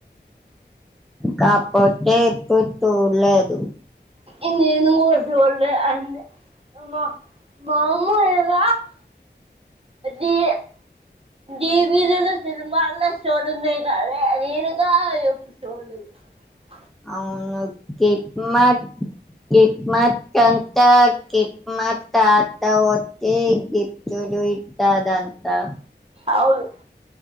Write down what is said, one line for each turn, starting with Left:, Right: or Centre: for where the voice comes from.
Centre: కాకపోతే పొత్తు లేదు
Right: ఎన్ని నేను కోచల్ అండ్ <unintelligible> మ మాములుగ అది టీవీలలో సినిమాల చుడమే కాదే అది రేనుకా ఎపిసోడ్ <unintelligible>
Centre: అవును చెట్ మట్ కిట్ మత్ కంత కిట్ మత్ తాత గిఫట్ ఇది ఇట్ట అదంతా
Right: అవును